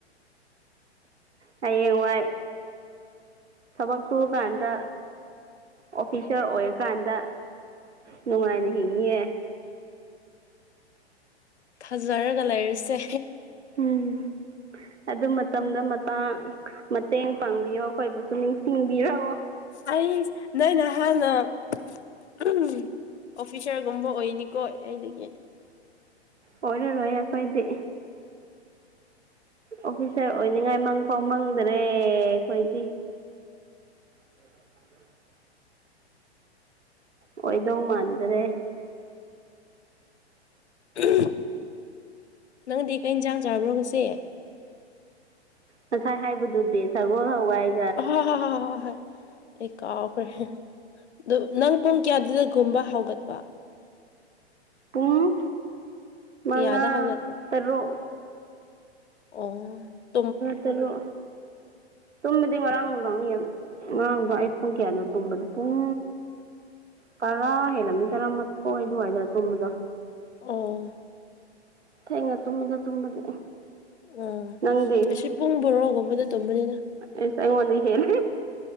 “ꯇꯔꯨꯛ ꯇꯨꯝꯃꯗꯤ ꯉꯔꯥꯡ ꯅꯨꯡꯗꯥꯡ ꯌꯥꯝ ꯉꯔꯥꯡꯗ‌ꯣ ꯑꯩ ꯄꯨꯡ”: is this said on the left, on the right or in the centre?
Right